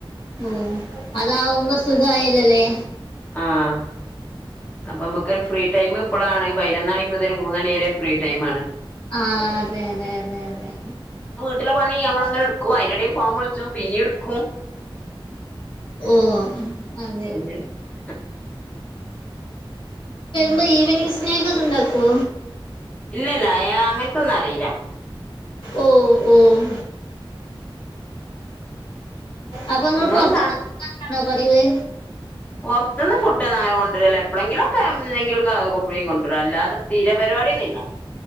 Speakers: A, on the left; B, on the left.
A: ഓഹ് അതാവുമ്പോ സുഖായില്ലല്ലേ
B: ആഹ് അപ്പൊ നമുക്ക് ഫ്രീ ടൈം ഇപ്പോളാണ് പതിനൊന്നണി മുതൽ മൂന്നണി വരെ ഫ്രീ ടൈമ് ആണ്
A: ആഹ് അതെ അതെ അതെ അതെ
B: വീട്ടിലുള്ള പണി നമ്മള അങ്ങനെ ട്ക്കും അതിനടീ ഫോൺ വിള്ച്ചും പിന്നിട്ക്കും <unintelligible>
A: ഓ അതെ അതെ വരുമ്പോ ഈവനിങ് സ്നേക്ക് ഒക്കെ ഉണ്ടാക്കോ
B: ഇല്ലല്ല അയാ അങ്ങനത്തൊന്നും അറിയില്ല
A: ഓഹ് ഓഹ് അപ്പൊ നിങ്ങ
B: നമ്മള്
A: പുറത്ത്ന്ന്
B: സാധ
A: വാങ്ങലാണോ പറതിവ്
B: പുറത്തുന്ന് ഫുഡന്നങ്ങനെ കൊണ്ടരിലില്ല എപ്പളെങ്കിലും ഒക്കെ എന്ന്നെങ്കിലും വാങ്ങും പ്പളേം കൊണ്ടുവരു അല്ലാതെ സ്ഥീരപരിപാടിയൊന്നില്ല